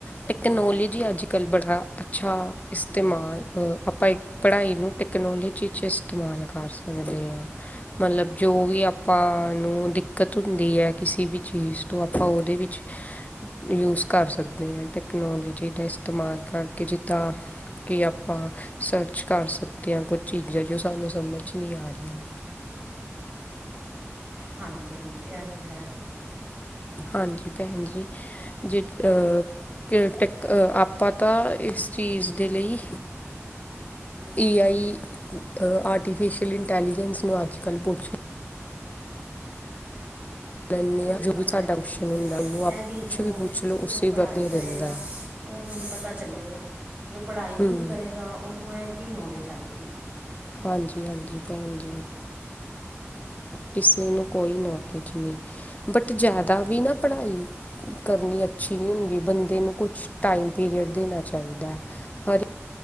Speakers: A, on the left; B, on the right.
A: ਟੈਕਨੋਲੋਜੀ ਅੱਜ ਕੱਲ੍ਹ ਬੜਾ ਅੱਛਾ ਇਸਤੇਮਾਲ ਆਪਾਂ ਇੱਕ ਪੜ੍ਹਾਈ ਨੂੰ ਟੈਕਨੋਲੋਜੀ 'ਚ ਇਸਤੇਮਾਲ ਕਰ ਸਕਦੇ ਹਾਂ, ਮਤਲਬ ਜੋ ਵੀ ਆਪਾਂ ਨੂੰ ਦਿੱਕਤ ਹੁੰਦੀ ਹੈ ਕਿਸੇ ਵੀ ਚੀਜ਼ ਤੋਂ ਆਪਾਂ ਉਹਦੇ ਵਿੱਚ ਯੂਸ ਕਰ ਸਕਦੇ ਹਾਂ ਟੈਕਨੋਲੋਜੀ ਦਾ ਇਸਤੇਮਾਲ ਕਰਕੇ ਜਿੱਦਾਂ ਕਿ ਆਪਾਂ ਸਰਚ ਕਰ ਸਕਦੇ ਹਾਂ ਕੁਝ ਚੀਜ਼ਾਂ ਜੋ ਸਾਨੂੰ ਸਮਝ ਨਹੀਂ ਆ ਰਹੀਆਂ।
B: ਹਾਂਜੀ ਹਾਂਜੀ, ਇਹ ਤਾਂ ਹੈ।
A: ਹਾਂਜੀ ਭੈਣ ਜੀ ਜੇ ਟ ਆਪਾਂ ਤਾਂ ਇਸ ਚੀਜ਼ ਦੇ ਲਈ ਏ ਆਈ ਆਰਟੀਫਿਸ਼ਅਲ ਇੰਟੈਲੀਜੈਂਸ ਨੂੰ ਅੱਜ ਕੱਲ੍ਹ ਪੁੱਛ ਲ ਲੈਂਦੇ
B: ਉਹ
A: ਹਾਂ
B: ਤੇ
A: ਜੋ
B: ਗੱਲ
A: ਵੀ
B: ਹੈ
A: ਸਾਡਾ
B: ਭੈਣ
A: ਕੁਸ਼ਚਨ
B: ਜੀ
A: ਹੁੰਦਾ ਉਹਨੂੰ ਆਪ
B: ਇਹ ਵੀ
A: ਕੁਛ
B: ਜੋ
A: ਪੁੱਛ ਲਓ ਉਸੇ
B: ਜੋ ਪੜ੍ਹਾਈ
A: ਵਕਤ ਦੇ
B: ਕਰੇਗਾ,
A: ਦਿੰਦਾ ਹੈ
B: ਉਹਨੂੰ ਨੀ ਪਤਾ ਚੱਲੇਗਾ। ਜੋ ਪੜ੍ਹਾਈ
A: ਹੂੰ
B: ਹੀ ਨੀ ਕਰੇਗਾ, ਉਹਨੂੰ ਇਹ ਕੀ ਨੌਲੇਜ ਆਏਗੀ।
A: ਹਾਂਜੀ ਹਾਜੀ ਭੈਣ ਜੀ, ਕਿਸੇ ਨੂੰ ਕੋਈ ਨੋਲਸ ਨੀ ਬਟ ਜਿਆਦਾ ਦਾ ਵੀ ਨਾ ਪੜਾਈ ਕਰਨੀ ਅਛੀ ਨੀ ਹੁੰਦੀ ਬੰਦੇ ਨੂੰ ਕੁਛ ਪੀਰੀਅਡ ਦੇਣਾ ਚਾਹੀਦਾ ਹਰ